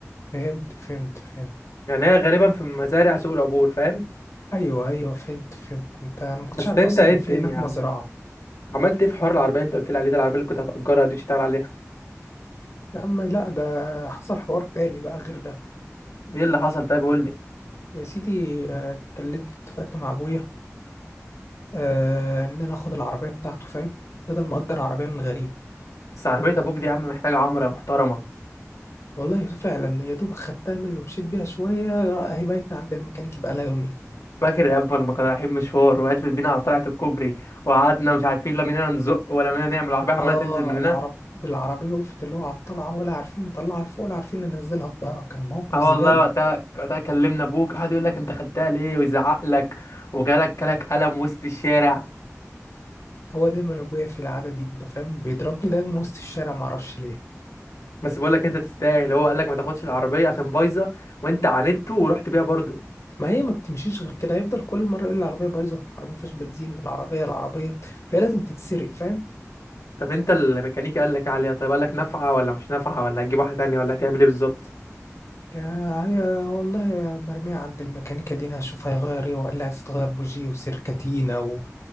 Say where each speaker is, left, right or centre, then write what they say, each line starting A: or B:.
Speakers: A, on the left; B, on the left.
A: فهمت فهمت فهمت
B: يعني هي غالبا في مزارع سوق العبور فاهم
A: ايوه ايوه فهمت فهمت انت انا ما كنتش
B: بس
A: عارف
B: انت
A: اصلا
B: ايه
A: ان
B: الدنيا
A: في هناك مزرعة
B: عملت ايه في حوار العربيه انت قلت لي عليه ده العربيه اللي كنت هتاجرها دي تشتغل عليها
A: يا عم لا ده حصل حوار تاني بقى غير ده
B: ايه اللي حصل طيب قول لي
A: يا سيدي آه، اتكلمت اتفقت مع ابويا آه، ان انا اخد العربيه بتاعته فاهم بدل ما اجر عربيه من غريب
B: بس عربيه ابوك دي يا عم محتاجه عمره يا محترمه
A: والله فعلا يا دوب خدتها منه مشيت بيها شويه را- هي بقت عند الميكانيكي بقى لها يومين
B: فاكر يا ابا لما كنا رايحين مشوار وقتلت بينا على طلعه الكوبري وقعدنا مش عارفين لا مننا نزق ولا مننا نعمل العربيه
A: اه
B: عماله تنزل مننا
A: العرب بالعربيه وقفت اللي هو على الطلعه ولا عارفين نطلعها لفوق ولا عارفين ننزلها بظهرها كان موقف
B: اه
A: زباله
B: والله وقتها وقتها كلمنا ابوك قعد يقول لك انت خدتها ليه ويزعق لك وجالك كلك قلم وسط الشارع
A: هو دايما ابويا في العاده دي انت فاهم بيضربني دايما وسط الشارع معرفش ليه
B: بس بقول لك انت تستاهل هو قال لك ما تاخدش العربيه عشان بايظه وانت عاندته ورحت بيها برضو
A: ما هي ما بتمشيش غير كده هيفضل كل مره يقول العربيه بايظه العربيه ما فيهاش بنزين العربيه العربيه فهي لازم تتسرق فاهم
B: طب انت الميكانيكي قال لك ايه عليها طيب قال لك نافعه ولا مش نافعه ولا هتجيب واحده تانية ولا هتعمل ايه بالظبط
A: يا هي والله يا مرميه عند الميكانيكا دي انا هشوف هيغير ايه وقال لي عايز تغير بوجي وسيركاتينا و...